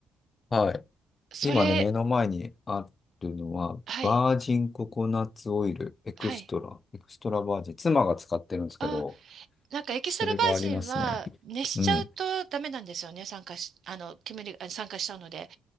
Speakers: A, on the left; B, on the right.
A: はい
B: それ、
A: 今ね、目の前にあるのは、
B: はい、
A: バージンココナッツオイル、エクストラ、
B: はい。
A: エクストラバージン、妻が使ってるんですけど、
B: あ、なんかエキストラバージンは熱しちゃうとダメなんですよね。
A: それがありますね。うん。
B: 酸化し、あの、煙が、あ酸化しちゃうので、